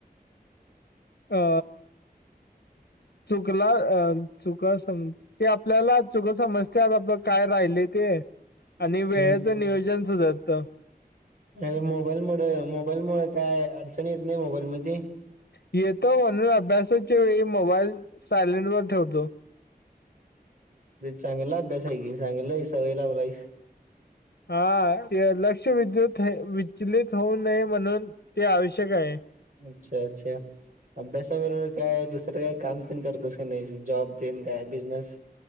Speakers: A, on the left (about 80°); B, on the right (about 55°).
A: अ चुकला अ चुक समज ते आपल्याला चुका समजतात आपलं काय राहिले ते.
B: हम्म
A: आणि वेळेचं नियोजन सुधारत.
B: अरे मोबाईल मु मोबाईल मुळ काय अडचण येत नाही मोबाईल मध्ये.
A: येतो म्हणून अभ्यासाच्या वेळी मोबाईल सायलेंट वर ठेवतो.
B: चांगला अभ्यास आहे की चांगलं सवय लावलायस.
A: हा ते लक्ष विद्युत विचलित होऊ नये म्हणून ते आवश्यक आहे.
B: अच्छा अच्छा अभ्यासाबरोबर काय दुसरं काय काम पण करतोस. नाही जॉब देन काय बिझनेस